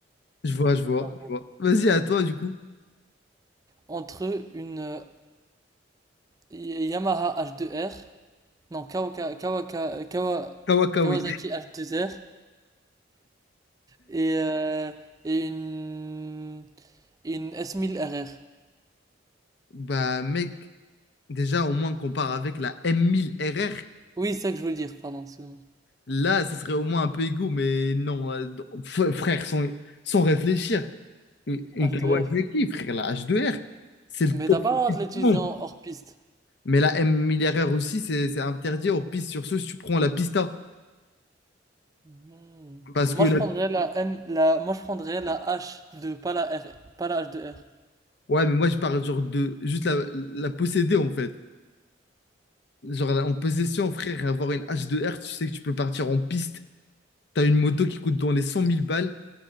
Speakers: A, on the left (about 65°); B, on the right (about 20°).
A: Je vois, je vois,
B: Lambo.
A: je vois. Vas-y, à toi, du coup.
B: Entre une. euh, Y- Yamaha H2R, non, Kawaka, Kawaka- Kawa-
A: Kawakawi.
B: Kawasaki H2R et, euh, et une, une S1000 RR.
A: Bah, mec, déjà, au moins, qu'on part avec la M1000 RR.
B: Oui, c'est ça que je voulais dire, pardon, excuse-moi.
A: Là, ça serait au moins un peu égaux, mais non, euh, f- frère, sans, sans réfléchir. Une, une
B: H2R.
A: Kawasaki, frère, la h deux r c'est le
B: Mais
A: top
B: t'as pas le droit
A: du
B: de l'utiliser
A: monde.
B: en hors piste.
A: Mais la M1000 RR aussi, c'est c'est interdit hors piste. Sur ce, si tu prends la Pista.
B: Mhm.
A: Parce que,
B: Moi, je
A: la-
B: prendrais la M, la, moi, je prendrais la H2, pas la R, pas la H2R.
A: ouais, mais moi, je parle genre de juste la, la posséder, en fait. Genre, la- en possession, frère, avoir une h deux r tu sais que tu peux partir en piste. T'as une moto qui coûte dans les cent mille balles.